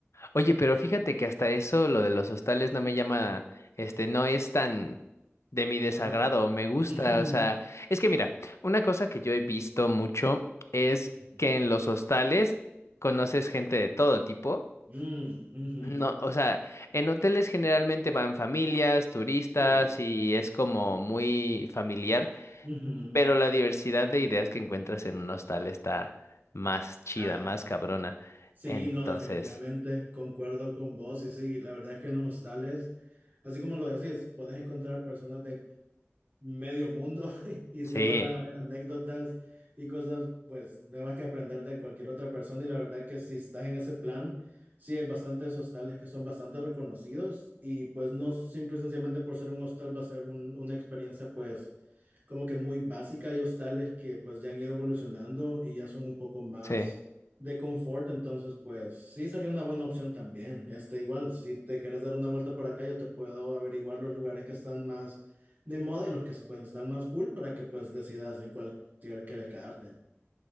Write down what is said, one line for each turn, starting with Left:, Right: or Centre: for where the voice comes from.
Left: Oye, pero fíjate que hasta eso, lo de los hostales no me llama, este, no es tan de mi desagrado,
Right: tan mal.
Left: me
Right: <laughs>
Left: gusta,
Right: Ujú,
Left: o sea, es que mira, una cosa que yo he visto mucho es
Right: ujú,
Left: que en los hostales conoces gente de todo tipo.
Right: ujú,
Left: No, o sea, en hoteles generalmente van familias, turistas
Right: sí.
Left: y es como muy familiar,
Right: ujú.
Left: pero la diversidad de ideas que encuentras en un hostal está más chida,
Right: Ah.
Left: más cabrona.
Right: Sí,
Left: Entonces,
Right: no, definitivamente, concuerdo con vos y sí, la verdad es que en los hostales, así como lo decís, puedes encontrar personas de medio mundo <laughs> y
Left: sí,
Right: siempre van a haber anécdotas y cosas pues nuevas que aprender de cualquier otra persona y la verdad que si estás en ese plan, sí hay bastantes hostales que son bastante reconocidos y pues no simple y sencillamente por ser un hostal va a ser un- una experiencia pues como que muy básica. Hay hostales que pues ya han ido evolucionando y ya son un poco más
Left: sí.
Right: de confort, entonces pues sí sería una buena opción también. Este igual, si te quieres dar una vuelta por acá, yo te puedo averiguar los lugares que están más de moda y los que pues están más cool para que pues decidas en cuál quieres quedarte.